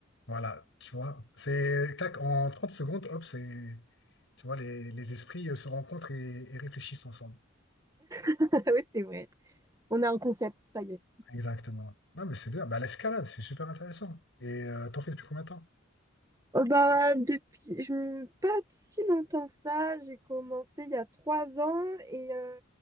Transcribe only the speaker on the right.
<laughs> oui, c'est vrai. On a un concept, ça y est.
Oh bah, depuis, je, pas si longtemps que ça, j'ai commencé il y a trois ans et euh,